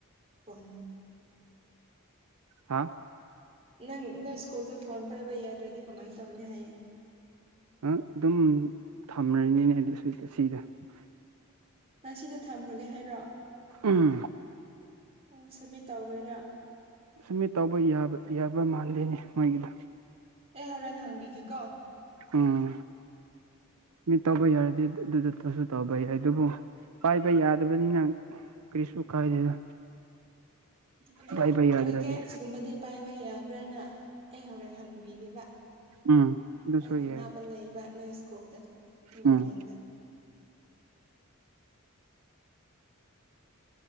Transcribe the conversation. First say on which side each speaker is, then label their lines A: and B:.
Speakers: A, on the right; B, on the right.
A: ꯐꯣꯟ
B: ꯍꯥ
A: ꯅꯪ ꯅꯪ ꯁ꯭ꯀꯨꯜꯗ ꯐꯣꯟ ꯄꯥꯏꯕ ꯌꯥꯗ꯭ꯔꯗꯤ ꯀꯃꯥꯏꯅ ꯇꯧꯅꯤ ꯍꯥꯏꯌꯦ
B: ꯍꯥ ꯗꯨꯝ <unintelligible> <unintelligible>
A: ꯅꯪ ꯁꯤꯗ ꯊꯝꯈ꯭ꯔꯒꯦ ꯍꯥꯏꯔꯣ
B: ꯎꯝ
A: ꯑꯣ ꯁꯝꯃꯤꯠ ꯇꯧꯔꯣꯏꯔꯥ
B: ꯁꯃꯤꯠ ꯇꯧꯕ ꯌꯥꯕ ꯌꯥꯕ ꯃꯥꯟꯗꯦꯅꯦ ꯃꯣꯏꯒꯤꯗ
A: ꯑꯦ ꯍꯣꯔꯦꯟ ꯍꯥꯡꯕꯤꯒꯦꯀꯣ
B: ꯎꯝ ꯃꯤ ꯇꯧꯕ ꯌꯥꯔꯗꯤ ꯑꯗꯨꯗꯨ ꯇꯁꯨ ꯇꯧꯕ ꯌꯥꯏ ꯑꯗꯨꯕꯨ ꯄꯥꯏꯕ ꯌꯥꯗꯕꯅꯤꯅ ꯀꯔꯤꯁ ꯀꯥꯏꯗꯦꯗ
A: ꯑꯗꯨ
B: ꯄꯥꯏꯕ ꯌꯥꯗ꯭ꯔꯗꯤ
A: ꯋꯤꯛꯀꯦꯟꯁꯀꯨꯝꯕꯗꯤ ꯄꯥꯏꯕ ꯌꯥꯕ꯭ꯔꯅ ꯑꯩ ꯍꯣꯔꯦꯟ ꯍꯪꯕꯤꯒꯦꯕ
B: ꯎꯝ ꯑꯗꯨꯁꯨ
A: ꯑꯩ ꯈꯪꯅꯕ
B: ꯌꯥꯏ
A: ꯂꯩꯕ ꯅꯣꯏ ꯁ꯭ꯀꯨꯜꯗ ꯅꯣꯏ
B: ꯎꯝ
A: ꯕꯣꯔꯗꯤꯡꯗ